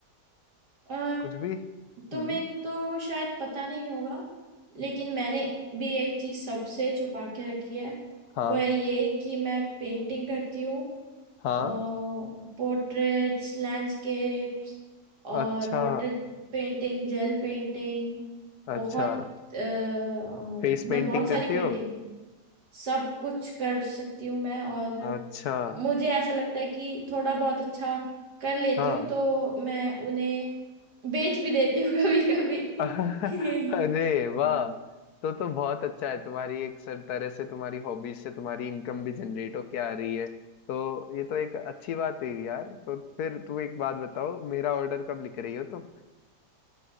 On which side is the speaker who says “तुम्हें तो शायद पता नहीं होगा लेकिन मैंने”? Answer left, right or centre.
Right